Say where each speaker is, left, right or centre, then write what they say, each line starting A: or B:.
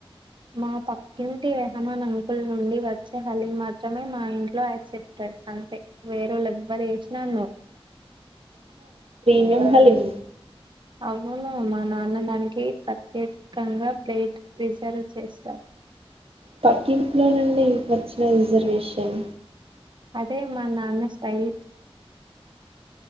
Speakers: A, on the right; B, on the right.
A: మా పకింటి ఏహమా అంకుల్ నుండి వచ్చే హలిని మాత్రమే మా ఇంట్లో యాక్సెప్టెడ్ అంతే వేరేళ ఎవ్వరు వేసినా నువ్
B: ఏం హలీం
A: అవును మా నాన్న దానికి ప్రత్యేకంగా ప్లేట్ రిజర్వ్ చేస్తాడు
B: పక్కింపులో నుండి వచ్చిన రిజర్వేషన్
A: అదే మా నాన్న స్టైల్